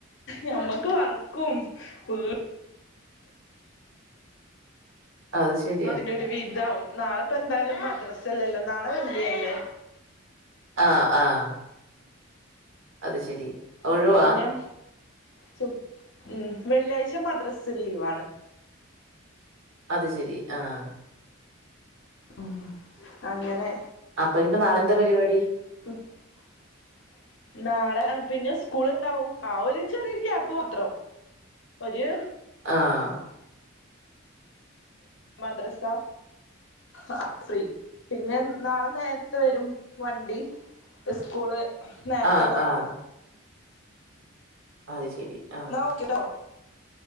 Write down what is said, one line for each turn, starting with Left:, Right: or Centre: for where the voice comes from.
Left: ഞമ്മക്ക് വർക്കും ഉമ്
Right: അത് ശരിയാ
Left: <unintelligible> ഒരു വിധമാവും നാളെപ്പോ ന്തായാലും മദ്രസ്സ ല്ലല്ലോ നാളെ വെള്ള്യല്ലേ
Right: ആഹ് ആഹ് അത് ശരി ഒഴിവാ
Left: അപ്പ പിന്നെ സു ഉം വെള്ളിയാഴ്ച മദ്രസ് ലീവാണ്.
Right: അത് ശെരി ആഹ്
Left: ഉം അങ്ങനെ
Right: അപ്പഞ്പ്പൊ നാളെ ന്താ പരിവാടി?
Left: <unintelligible> നാളെ പിന്നെ സ്കൂള്ണ്ടാവും ആ ഒര് ചെറിയ ഗ്യാപ്പ് മാത്രം. ഒര്
Right: ആഹ്
Left: മദ്രസ ആ ഫ്രീ പിന്നെ നാളെ നേര്ത്തെ വരും വണ്ടി സ്കൂള് നേർത്തെ
Right: ആ
Left: തോടങ്ങും
Right: ആ അത് ശെരി ആഹ്.
Left: ഒക്കെ ട്ടോ